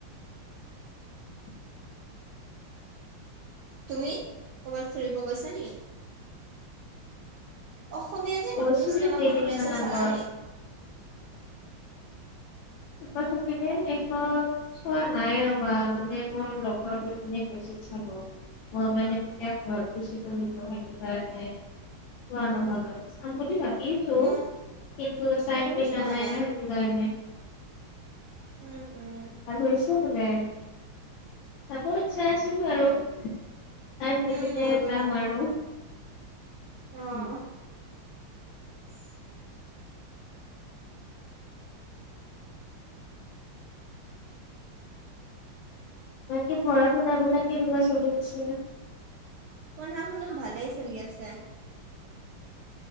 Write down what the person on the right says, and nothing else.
তুমি ক'ৰবাত ফুৰিব গৈছা নেকি? অসমীয়া যে
নতুন চিনেমাখন
ওলাইছে চালা
নেকি?
অ
উম
মই
ময়ো
চোৱা
নাই
উম উম
উম
মোৰো
অ অ <inaudible>
পঢ়া শুনা ভালেই চলি আছে।